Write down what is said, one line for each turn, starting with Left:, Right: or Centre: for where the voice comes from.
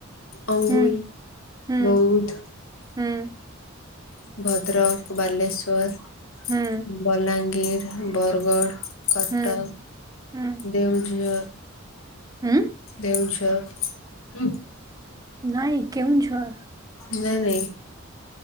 Left: ଅଙ୍ଗୁଲ,
Right: ହୁଁ ହୁଁ
Left: ବଉଦ୍ଧ।
Right: ହୁଁ
Left: ଭଦ୍ରକ, ବାଲେଶ୍ଵର,
Right: ହୁଁ
Left: ବଲାଙ୍ଗୀର। ବରଗଡ଼, କଟକ,
Right: ହୁଁ ହୁଁ
Left: ଦେଉଝର।
Right: ହୁଁ
Left: ଦେଉଝର ଉଁଃ।
Right: ନାଇଁ କେଉଁଝର।
Left: ନାଇଁ ନାଇଁ।